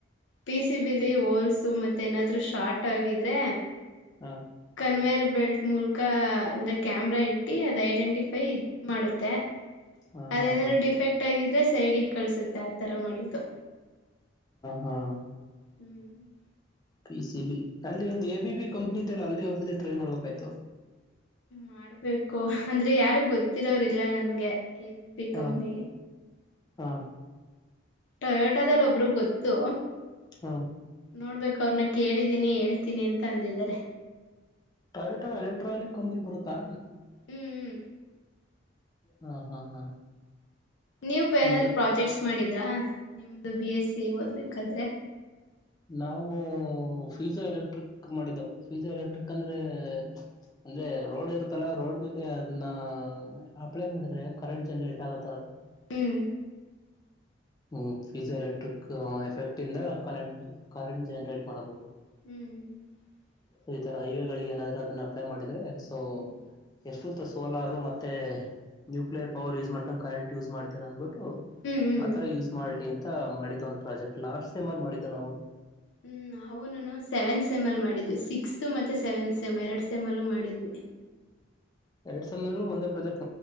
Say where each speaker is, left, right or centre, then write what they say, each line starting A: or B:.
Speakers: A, on the left (about 70°); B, on the left (about 20°).
A: ಪಿಸಿಬಿ-ಲಿ ಹೋಲ್ಸು ಮತ್ತೆ ಏನಾದ್ರು ಶಾರ್ಟ್ ಆಗಿದ್ರೆ
B: ಹಾ
A: ಕನ್ವೇಯರ್ ಬೆಲ್ಟ್ ಮೂಲಕ ಅಂದ್ರ, ಕ್ಯಾಮ್ರಾ ಇಟ್ಟಿ ಅದು ಐಡೆಂಟಿಫೈ ಮಾಡುತ್ತೆ.
B: ಹಾ
A: ಅಲ್ಲೇನಾದ್ರೂ
B: ಹಾ ಹಾ
A: ಡಿಫೆಕ್ಟ್ ಆಗಿದ್ರೆ ಸೈಡಿಗೆ ಕಳ್ಸುತ್ತೆ ಆತರ ಮಾಡಿದ್ದು.
B: ಹಾ ಹಾ
A: ಹ್ಮ್ ಹ್ಮ್.
B: P C B. ಅಲ್ಲಿ ಒಂದ್ ಎಬಿಬಿ ಕಂಪನಿ ಅಲ್ಲಿಗ್ ಒಂದ್ಸಲ ಟ್ರೈ ಮಾಡ್ಬೇಕಿತ್ತು.
A: ಮಾಡ್ಬೇಕು, ಅಂದ್ರೆ ಯಾರು ಗೊತ್ತಿರೋರಿಲ್ಲ ನನ್ಗೆ. ಎಬಿಬಿ
B: ಹಾ
A: ಕಂಪನಿ
B: ಹಾ
A: ಟೊಯೋಟದಲ್ಲಿ ಒಬ್ಬರು ಗೊತ್ತು
B: ಹಾ.
A: ನೋಡ್ಬೇಕು ಅವ್ರನ್ನ ಕೇಳಿದೀನಿ ಹೇಳ್ತೀನಿ ಅಂತ ಅಂದಿದ್ದಾರೆ.
B: ಟೊಯೋಟಾ ಎಲೆಕ್ಟ್ರಾನಿಕ್ ಕಂಪ್ನಿ ಬರುತ್ತಾ.
A: ಹ್ಮ್ ಹ್ಮ್.
B: ಹಾ ಹಾ ಹಾ
A: ನೀವು ಫೈನಲಲ್
B: ನಿಮ್ದೆ
A: ಪ್ರಾಜೆಕ್ಟ್ಸ್ ಮಾಡಿ ್ರ ನಿಮ್ದು ಬಿ ಎಸ್ ಸಿ ಓದ್ಬೇಕಾದ್ರೆ?
B: ನಾವು ಫೀಜೋ ಎಲೆಕ್ಟ್ರಿಕ್ ಮಾಡಿದ್ದೇವು. ಫೀಜೋ ಎಲೆಕ್ಟ್ರಿಕ್ ಅಂದ್ರೆ, ಅಂದ್ರೆ ರೋಡ್ ಇರುತ್ತಲ್ಲ, ರೋಡ್ ಮೆ <unintelligible> ಅದನ್ನ <unintelligible> ಮಾಡಿದ್ರೆ ಕರೆಂಟ್ ಜನರೇಟ್ ಆಗುತ್ತೆ
A: ಹ್ಮ್
B: ಹ್ಮ ಫ್ಯೂಸ್ ಎಲೆಕ್ಟ್ರಿಕ್ ಎಫೆಕ್ಟ್ ಇಂದ ಕರೆಂಟ್ ಕರೆಂಟ್ ಜನರೇಟ್ ಮಾಡೋದು
A: ಹ್ಮ್
B: ಸೊ ಈ ತರ ಹೈವೇಗಳಿಗೆ ಏನಾದ್ರೂ ಅದನ್ನ ಅಪ್ಲೈ ಮಾಡಿದ್ರೆ ಸೊ,
A: ಹ್ಮ್
B: ಎಷ್ಟು <unintelligible> ಸೋಲಾರು, ಮತ್ತೆ ನ್ಯೂಕ್ಲಿಯರ್ ಪವರ್ ಯೂಸ್ ಮಾಡ್ಕೊಂಡು ಕರೆಂಟ್ ಯೂಸ್ ಮಾಡ್ತಿರ ಬಿಟ್ಟು
A: ಹ್ಮ್ ಹ್ಮ್
B: ಆತರ ಯೂಸ್ ಮಾಡ್ಲಿ ಅಂತ ಮಾಡಿದ್ ಒಂದು ಪ್ರಾಜೆಕ್ಟ್ ಲಾಸ್ಟ್ ಸೆಮ್ ಅಲ್ಲಿ ಮಾಡಿದ್ದ ನಾವು.
A: ಹ್ಮ್ ನಾವುನು ಸೆವೆಂತ್ ಸೆಮ್ ಅಲ್ಲಿ ಮಾಡಿದ್ವಿ. ಸಿಕ್ಸ್ತ್ ಮತ್ತೆ ಸೆವೆಂತ್ ಸಮ್, ಎರಡು ಸೆಮ್ ಅಲ್ಲು ಮಾಡಿದ್ವಿ.
B: ಎರಡ್ ಸೆಮ್ಮಿಗೂ ಒಂದೇ ಪ್ರೊಜೆಕ್ಟ್